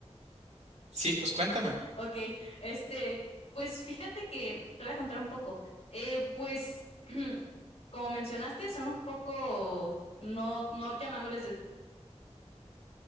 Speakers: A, on the right (about 70°); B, on the left (about 65°).
A: Sí, pues cuéntame.
B: Ok, este, pues fíjate que te voy a contar un poco. Eh, pues, <clears throat> como mencionaste, son un poco, no, no llamándoles